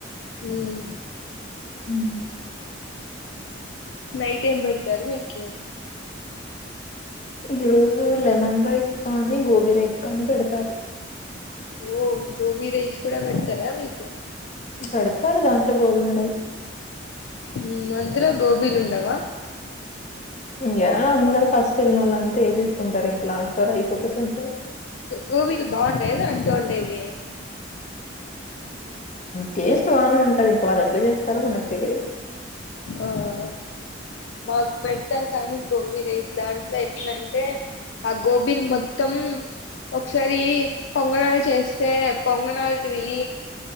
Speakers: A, on the left; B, on the left.
A: ఉమ్
B: హ్మ్.
A: నై ఏం పెట్టారు మీకి
B: ఈ రోజు లెమన్ రైస్ కానీ గోబీ రైస్ కానీ పెడతారు
A: ఓ గోబీ రైస్ కూడా పెడతారా మీకు
B: పెడతారు దాంట్లో గోబీ ఉండదు
A: మ్మ్ అందులో గోబీలు ఉండవా
B: ఇంకా అందరు ఫస్ట్ ఎల్లినోలు అంతా వే తీసుకుంటారు ఇంకా లాస్ట్ లో రైస్ ఒకటి ఉంటాది
A: గోబీలు బాగుంటాయి కదా అక్క వండేవి
B: టేస్ట్ బానే ఉంటది ఇంక వాళ్ళు ఎట్లా చేస్తారో మనకు తెలీదు
A: ఆహ మాకు పెడతారు కానీ గోబీ రైస్ దాంట్లో ఎట్లాంటే ఆ గోబీలు మొత్తం ఒకసారి పొంగణాలు చేస్తే పొంగణలు వి